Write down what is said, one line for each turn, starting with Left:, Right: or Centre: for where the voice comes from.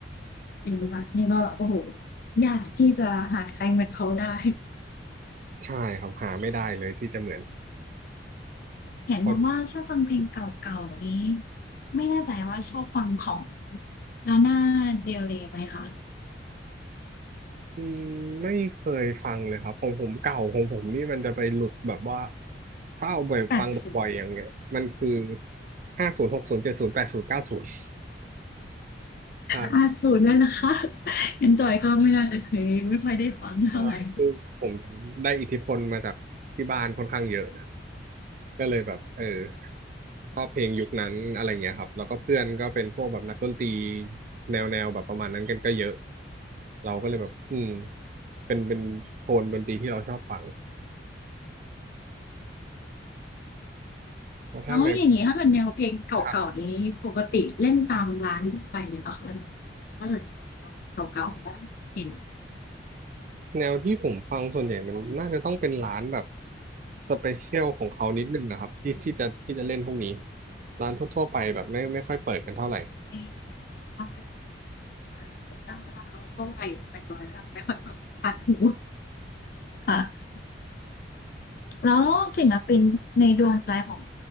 Left: งนีค่ะนี่ก็แบบโอ้โหอยากที่จะหาใครเหมือนเขาได้
Right: ใช่ครับหาไม่ได้เลยที่จะเหมือน
Left: เห็นบอกว่าชอบฟังเพลงเก่าๆนี้
Right: พอ
Left: ไม่แน่ใจว่าชอบฟังของ Lana Del Rey ไหมคะ
Right: อืมไม่เคยฟังเลยครับของผมเก่าของผมนี่มันจะไปหลุดแบบว่าถ้าเอาไปฟังบ่อยๆอย่างเงี้ยมันคือ
Left: 80
Right: ห้าศูนย์หกศูนย์เจ็ดศูนย์แปดศูนย์เก้าศูนย์ใช่
Left: 80แล้วนะคะ <laughs> ยังจอยก็ไม่น่าจะเคยไม่ค่อยได้ฟังเท่าไหร่
Right: ใช่คือผมได้อิทธิพลมาจากที่บ้านค่อนข้างเยอะก็เลยแบบเออชอบเพลงยุคนั้นอะไรเงี้ยครับแล้วก็เพื่อนก็เป็นพวกแบบนักดนตรีแนวแนวแบบประมาณนั้นกันก็เยอะเราก็เลยแบบอืมเป็นเป็นโทนดนตรีที่เราชอบฟังเพราะถ้าไม่
Left: แล้วอย่างนี้ถ้าเกิดแนวเพลงเก่าๆนี้ปกติเล่นตามร้านทั่วไปเนี่ยเหรอคะ
Right: ครับ
Left: ็่าเกิดเก่าๆบ้างเห็น
Right: แนวที่ผมฟังส่วนใหญ่มันน่าจะต้องเป็นร้านแบบสเปเชียลของเขานิดนึงนะครับที่ที่จะที่จะเล่นพวกนี้ร้านทั่วๆไปแบบไม่ไม่ค่อยเปิดกันเท่าไหร่
Left: ไม่ไม่ไม่ก็ว่าอยู่ทำไมจอยไม่ค่อยฟังผ่านหูค่ะ แล้วศิลปินในดวงใจของ